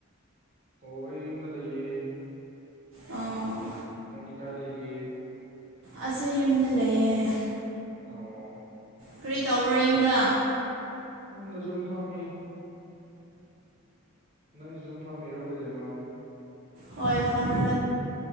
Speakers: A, on the right; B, on the right.
A: ꯑꯣ ꯑꯩ ꯌꯨꯝꯗ ꯂꯩꯌꯦ
B: ꯑꯣ
A: ꯀꯗꯤ ꯀꯥꯂꯒꯦ
B: ꯑꯁꯨ ꯌꯨꯝꯗ ꯂꯩꯌꯦꯦ
A: ꯑꯣ
B: ꯀꯔꯤ ꯇꯧꯕ꯭ꯔꯣ ꯌꯨꯝꯗ
A: ꯌꯨꯝꯗ ꯁꯨꯝ ꯐꯝꯃꯤ ꯅꯪꯁꯨ ꯁꯨꯝ ꯐꯝꯃꯤꯔꯣ ꯀꯩꯗꯣꯏꯅꯣ
B: ꯍꯣꯏ ꯐꯂꯦ